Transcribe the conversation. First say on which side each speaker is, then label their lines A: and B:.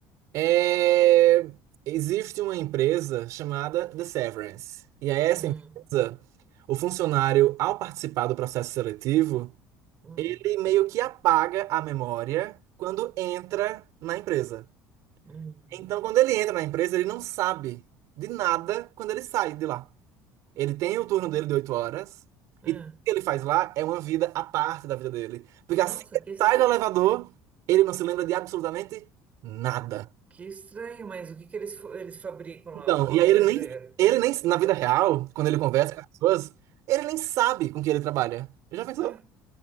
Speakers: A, on the right; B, on the right.
A: É, Existe uma empresa chamada The Severance. E a essa
B: Hum,
A: empresa, o funcionário, ao participar do processo seletivo,
B: hum,
A: ele meio que apaga a memória quando entra na empresa.
B: hum.
A: Então, quando ele entra na empresa, ele não sabe de nada quando ele sai de lá. Ele tem o turno dele de 8 horas
B: É.
A: e tudo que ele faz lá é uma vida à parte da vida dele. Porque
B: Nossa,
A: assim que ele
B: que
A: sai do elevador, ele não se lembra de absolutamente nada.
B: Que estranho, mas o que que eles, fa- eles fabricam
A: Então,
B: lá? Alguma
A: e aí
B: coisa?
A: ele nem,
B: É,
A: ele nem, na vida real, quando ele conversa com as pessoas, ele nem sabe com que ele trabalha. Já pensou?
B: é,